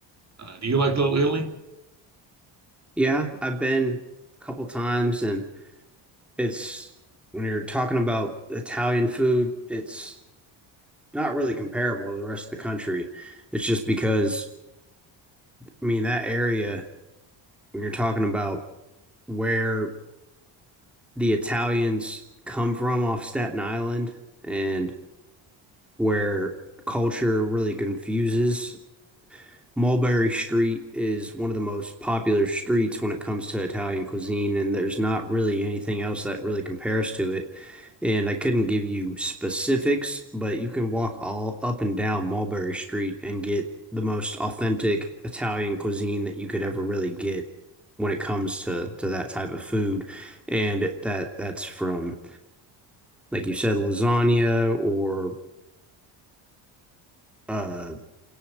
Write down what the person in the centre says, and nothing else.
yeah, I've been a couple times, and it's when you're talking about Italian food, it's not really comparable to the rest of the country. It's just because I mean that area when you're talking about where the Italians come from off Staten Island and where culture really confuses Mulberry Street is one of the most popular streets when it comes to Italian cuisine, and there's not really anything else that really compares to it. And I couldn't give you specifics, but you can walk all up and down Mulberry Street and get the most authentic Italian cuisine that you could ever really get when it comes to to that type of food. And that that's from, like you said, lasagna or uh